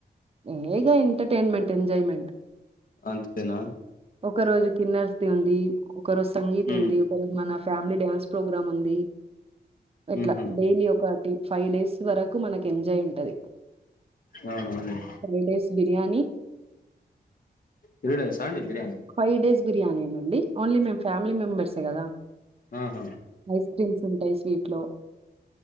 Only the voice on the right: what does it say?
ఏ ఇగా ఎంటర్టైన్మెంట్ ఎంజాయ్మెంట్
ఒక రోజు కిన్నర్తి ఉంది ఒక రో సంగీత్
ఉంది కెల్ మన ఫ్యామిలీ డ్యాన్స్ ప్రోగ్రామ్ ఉంది ఎట్లా
డైలీ ఒక్ క్వాటి ఫైవ్ డేస్ వరకు మనక్ ఎంజాయ్ ఉంటది
ఫ్రై డేస్ బిర్యానీ
ఫైవ్ డేస్ బిర్యానే నండి ఓన్లీ మేమ్ ఫ్యామిలీ మెంబర్సే గదా
ఐస్ క్రీమ్స్ ఉంటాయ్ స్వీట్ లో